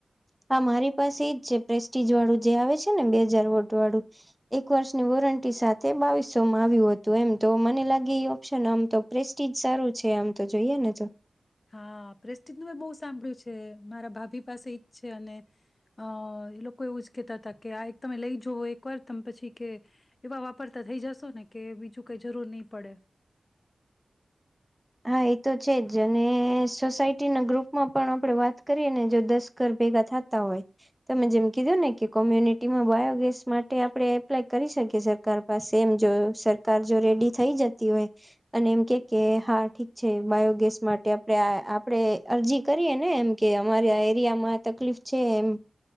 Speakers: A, in the centre; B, on the left (about 45°).
A: હા મારી પાસે ઈજ છે પ્રેસ્ટીજ વાળું જે આવે છે ને બે હજાર વોટ વાળું, એક વર્ષની વોરંટી સાથે બાવીસસો માં આવ્યું હતું એમ, તો મને લાગે એ ઓપ્શન આમ તો પ્રેસ્ટીજ સારું છે આમ તો જોઈએ ને તો.
B: હા પ્રેસ્ટિત નું મે બહુ સાંભળ્યું છે મારા ભાભી પાસે ઈજ છે, અને અહ ઈ લોકો એવું જ કેતા હતા કે આ એક તમે લઈ જોવો એકવાર તમે પછી કે એવા વાપરતા થઈ જશો ને કે બીજું કઈ જરૂર નહી પડે.
A: હા એ તો છે જ અને સોસાયટીના ગ્રુપમાં પણ આપણે વાત કરીએ ને જો દસ ઘર ભેગા થતા હોય તમે જેમ કીધો ને કે કોમ્યુનિટીમાં બાયોગેસ માટે આપણે એપ્લાય કરી શકીએ સરકાર પાસે એમ જો સરકાર જો રેડી થઈ જતી હોય અને એમ કે કે હા ઠીક છે બાયોગેસ માટે આપણે આ આપણે અરજી કરીએ ને એમ કે અમારા એરિયામાં તકલીફ છે એમ,